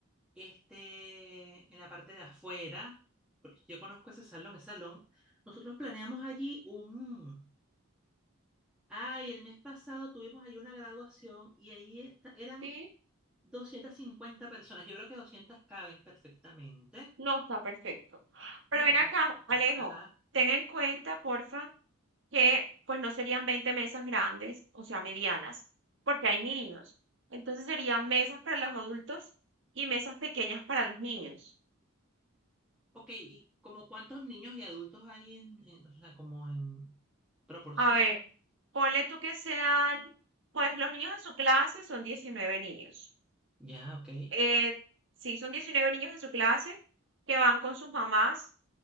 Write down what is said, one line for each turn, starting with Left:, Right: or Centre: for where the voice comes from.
Centre: este, en la parte de afuera, porque yo conozco ese salón, ese salón, nosotros planeamos allí un... Ay, el mes pasado tuvimos allí una graduación y ahí está, eran
Right: Sí.
Centre: 250 personas. Yo creo que 200 caben perfectamente.
Right: No, está perfecto. Pero
Centre: Ay, va
Right: ven
Centre: a tener
Right: acá,
Centre: más espacio.
Right: Alejo,
Centre: Ajá.
Right: ten en cuenta, porfa, que pues no serían 20 mesas grandes, o sea, medianas, porque hay niños. Entonces serían mesas para los adultos y mesas pequeñas para los niños.
Centre: Ok, ¿y como cuántos niños y adultos hay en, en- o sea, como en proporción?
Right: A ver, ponle tú que sean, pues los niños en su clase son 19 niños.
Centre: Ya, ok.
Right: Eh, sí, son 19 niños en su clase que van con sus mamás